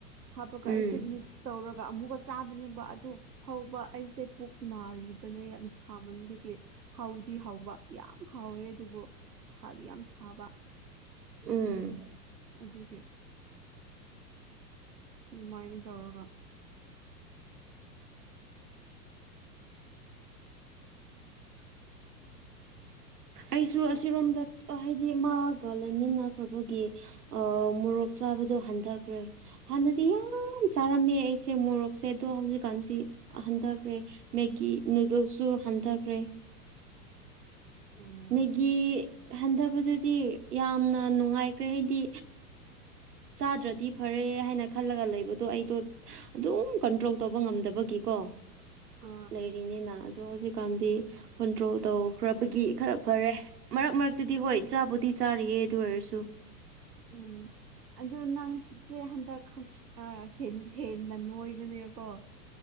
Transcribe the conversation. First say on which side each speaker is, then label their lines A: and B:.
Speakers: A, on the right; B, on the right.
A: ꯍꯥꯞꯄꯒ
B: ꯎꯝ
A: ꯑꯩꯁꯦ ꯃꯤꯛꯁ ꯇꯧꯔꯒ ꯑꯃꯨꯛꯀ ꯆꯥꯕꯅꯦꯕ ꯑꯗꯨ ꯐꯥꯎꯕ ꯑꯩꯁꯦ ꯄꯨꯛ ꯅꯥꯔꯤꯕꯅꯦ ꯌꯥꯝ ꯁꯥꯃꯟꯕꯒꯤ ꯍꯥꯎꯗꯤ ꯍꯥꯎꯕ ꯌꯥꯝ ꯍꯥꯎꯋꯦ ꯑꯗꯨꯕꯨ ꯁꯥꯗꯤ ꯌꯥꯝ ꯁꯥꯕ
B: ꯎꯝ
A: ꯑꯗꯨꯒꯤ ꯑꯗꯨꯃꯥꯏꯅ ꯇꯧꯔꯒ
B: ꯑꯩꯁꯨ ꯑꯁꯤꯔꯣꯝꯗ ꯍꯥꯏꯗꯤ ꯃꯥꯒ ꯂꯩꯃꯤꯟꯅꯈ꯭ꯔꯕꯒꯤ ꯑ ꯃꯣꯔꯣꯛ ꯆꯥꯕꯗꯣ ꯍꯟꯊꯈ꯭ꯔꯦ ꯍꯥꯟꯅꯗꯤ ꯌꯥꯝ ꯆꯥꯔꯝꯃꯦ ꯑꯩꯁꯦ ꯃꯣꯔꯣꯛꯁꯦ ꯑꯗꯣ ꯍꯧꯖꯤꯛꯀꯥꯟꯁꯤ ꯍꯟꯊꯈ꯭ꯔꯦ ꯃꯦꯒꯤ ꯅꯨꯗꯜꯁꯨ ꯍꯟꯊꯈ꯭ꯔꯦ
A: ꯎꯝ
B: ꯃꯦꯒꯤ ꯍꯟꯊꯕꯗꯨꯗꯤ ꯌꯥꯝꯅ ꯅꯨꯡꯉꯥꯏꯈ꯭ꯔꯦ ꯍꯥꯏꯗꯤ ꯆꯥꯗ꯭ꯔꯗꯤ ꯐꯔꯦ ꯍꯥꯏꯅ ꯈꯜꯂꯒ ꯂꯩꯕꯗꯣ ꯑꯩꯗꯣ ꯑꯗꯨꯝ ꯀꯟꯇ꯭ꯔꯣꯜ ꯇꯧꯕ ꯉꯝꯗꯕꯒꯤꯀꯣ
A: ꯑ
B: ꯂꯩꯔꯤꯅꯤꯅ ꯑꯗꯣ ꯍꯧꯖꯤꯛꯀꯥꯟꯗꯤ ꯀꯟꯇ꯭ꯔꯣꯜ ꯇꯧꯈ꯭ꯔꯕꯒꯤ ꯈꯔ ꯐꯔꯦ ꯃꯔꯛ ꯃꯔꯛꯇꯗꯤ ꯍꯣꯏ ꯆꯥꯕꯨꯗꯤ ꯆꯥꯔꯤꯌꯦ ꯑꯗꯨ ꯑꯣꯏꯔꯁꯨ
A: ꯎꯝ ꯑꯗꯨꯣ ꯅꯪꯠꯁꯦ ꯍꯟꯗꯛꯟ ꯍꯦꯟꯅ ꯅꯣꯏꯕꯅꯦꯕꯀꯣ